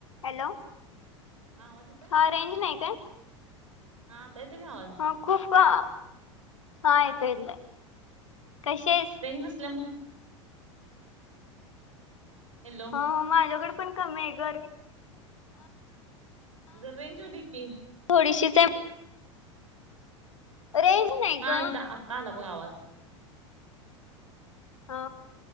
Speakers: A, on the left; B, on the right.
A: Hello
B: हा आवाज येतोय.
A: हा रेंज नाही काय.
B: हा त ते का आवाज.
A: ह खूप हा येतो येतय कसे येत?
B: नसल्यामुळे. हॅलो
A: हो माझ्याकडे पण कमी आहे कर-
B: जर रेंच होती की.
A: थोडीशी रेज नाही.
B: हा
A: ग
B: इ आत्ता आला बघ आवाज.
A: हा